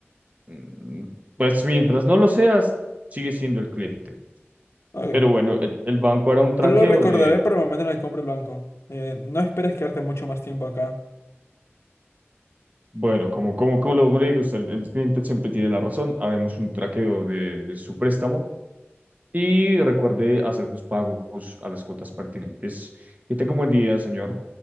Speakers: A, on the right (about 35°); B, on the left (about 70°).
A: mm, pues mientras no lo seas, sigue siendo el cliente.
B: Ok.
A: Pero bueno, el, el banco hará un traqueo
B: Solo lo recordaré
A: del,
B: para el momento en el que compre el banco. Eh, no esperes quedarte mucho más tiempo acá.
A: bueno, como, como, como lo le digo, usted, el, el cliente siempre tiene la razón, haremos un traqueo de, de su préstamo y recuerde hacer sus pagos a las cuotas pertinentes. Que tenga un buen día, señor.